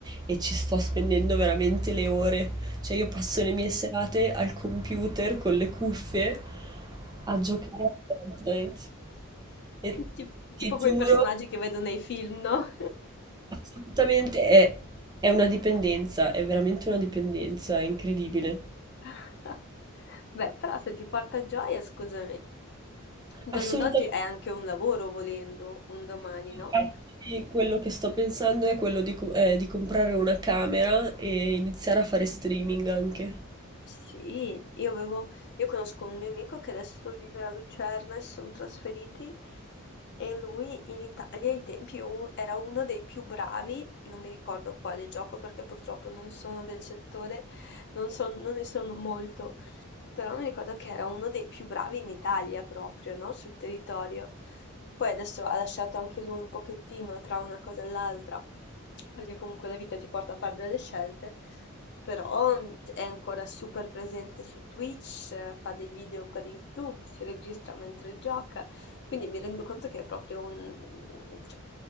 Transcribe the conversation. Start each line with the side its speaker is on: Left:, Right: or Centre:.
Right: e ci sto spendendo veramente le ore. Cioè io passo le mie serate al computer con le cuffie a giocare a Fortnite. E
Left: Tip-
Right: ti
Left: Tipo quei
Right: giuro,
Left: personaggi che vedo nei film, no?
Right: assolutamente è, è una dipendenza, è veramente una dipendenza, è incredibile.
Left: <laughs> Beh, però se ti porta gioia, scusami, il giorno
Right: Assolutamente
Left: d'oggi è anche un lavoro volendo, un domani,
Right: sì,
Left: no?
Right: infatti quello che sto pensando è quello di, co- eh, di comprare una camera e iniziare a fare streaming anche.
Left: Sì, io avevo io conosco un mio amico che adesso vive a Lucerna e si sono trasferiti e lui in Italia ai tempi u- era uno dei più bravi, non mi ricordo quale gioco perché purtroppo non sono del settore, non so- non ne sono molto, però mi ricordo che era uno dei più bravi in Italia proprio, no, sul territorio. Poi adesso ha lasciato anche lui un pochettino tra una cosa e l'altra, perché comunque la vita ti porta a fare delle scelte, però mh, è ancora super presente su Twitch, eh, fa dei video per YouTube, si registra mentre gioca, quindi mi rendo conto che è proprio un... cioè,